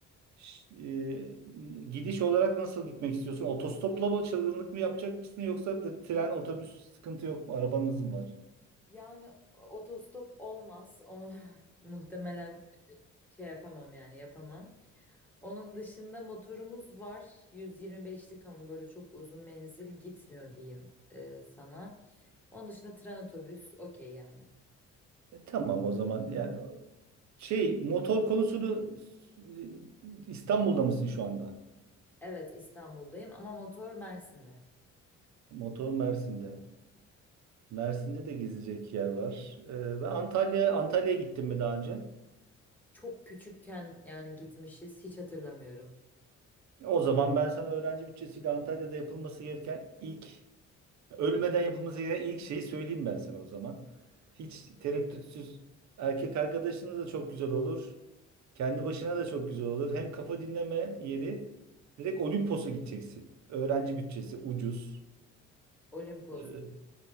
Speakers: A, on the right (about 65°); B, in the centre.
A: ş- e, gidiş olarak nasıl gitmek istiyorsun? Otostopla mı, çılgınlık mı yapacak mısın yoksa da tren, otobüs sıkıntı yok mu? Arabanız mı var?
B: Yani otostop olmaz. Onu <laughs> muhtemelen şey yapamam yani yapamam. Onun dışında motorumuz var. 125'lik ama böyle çok uzun menzil gitmiyor diyeyim e, sana. Onun dışında tren otobüs okey yani.
A: E, tamam o zaman. Yani şey motor konusunu e, İstanbul'da mısın şu anda?
B: Evet İstanbul'dayım ama motor Mersin'de.
A: Motor Mersin'de. Mersin'de de gezecek yer var. Ee, ben Antalya Antalya'ya gittim mi daha önce?
B: Çok küçükken yani gitmişiz hiç hatırlamıyorum.
A: O zaman ben sana öğrenci bütçesiyle Antalya'da yapılması gereken ilk ölmeden yapılması gereken ilk şeyi söyleyeyim ben sana o zaman. Hiç
B: Evet.
A: tereddütsüz erkek arkadaşına da çok güzel olur. Kendi başına da çok güzel olur. Hem kafa dinleme yeri direkt Olimpos'a gideceksin. Öğrenci bütçesi ucuz.
B: Olimpos.
A: Ee,